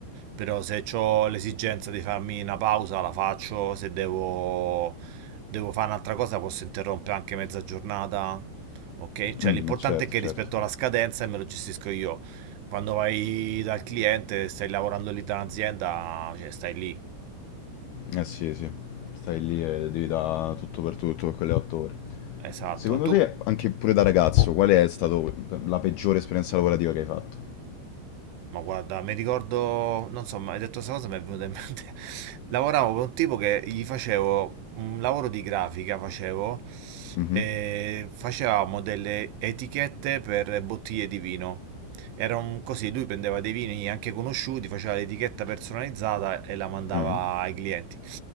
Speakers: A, on the right; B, on the left.
A: però se ho l'esigenza di farmi una pausa la faccio, se devo, devo fare un'altra cosa posso interrompere anche mezza giornata, ok? Cioè
B: Mm,
A: l'importante
B: eh, certo,
A: è che
B: certo.
A: rispetto alla scadenza e me lo gestisco io. Quando vai dal cliente, stai lavorando lì da un'azienda, cioè stai lì.
B: Eh sì, sì, stai lì e devi dare tutto per tutto per quelle otto ore.
A: Esatto.
B: Secondo
A: E tu?
B: te, anche pure da ragazzo, qual è stata la peggiore esperienza lavorativa che hai fatto?
A: Ma guarda, mi ricordo, non so, ma hai detto questa cosa, mi è venuta in mente. <laughs> Lavoravo per un tipo che gli facevo un lavoro di grafica, facevo,
B: Mhm.
A: e facevamo delle etichette per bottiglie di vino. Era un così, lui prendeva dei vini anche conosciuti, faceva l'etichetta personalizzata e la mandava
B: Eh.
A: ai clienti.